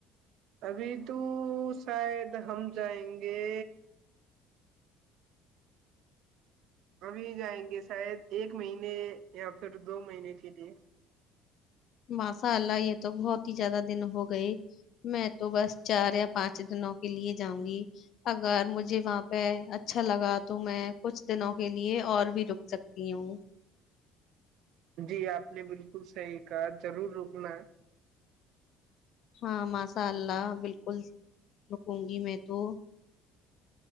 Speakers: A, on the right (about 60°); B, on the left (about 45°).
A: ابھی تو شاید ہم جائیں گے ابھی جائیں گے شاید ایک مہینے یا پھر دو مہینے کے لیے
B: ماساء اللہ یہ تو بہت ہی زیادہ دن ہو گئے میں تو بس چار یا پانچ دنوں کے لیے جاؤں گی اگر مجھے وہاں پہ اچھا لگا تو میں کچھ دنوں کے لیے اور بھی رک سکتی ہوں
A: جی آپ نے بالکل صحیح کہا ضرور رکنا
B: ہاں ماشاء اللہ بالکل رکوں گی میں تو